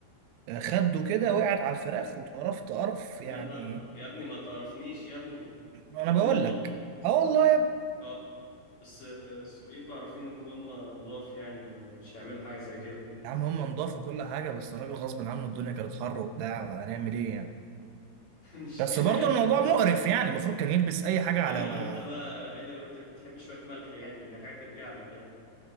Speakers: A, on the right; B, on the left.
A: خده كده وقعت على الفراخ واتقرفت قرف يعني
B: يا نهار يا ابني ما تقرفنيش يا ابني
A: انا بقول
B: قول والله
A: لك اه والله يا ابني
B: آه بس آه، السوريين معروفين إن هم نضاف يعني ما مش هيعملوا حاجة زي كده
A: يا عم هم نضاف وكل حاجه بس الراجل غصب عنه الدنيا كانت حر وبتاع هنعمل ايه يعني
B: <laughs> مش
A: بس
B: كده
A: برضه
B: يعني
A: الموضوع
B: تحت
A: مقرف يعني المفروض كان يلبس اي حاجه على
B: إلا
A: وع...
B: لو أنت بقى إلا لو أنت بتحب شوية ملح يعني دي حاجة ترجع لك يعني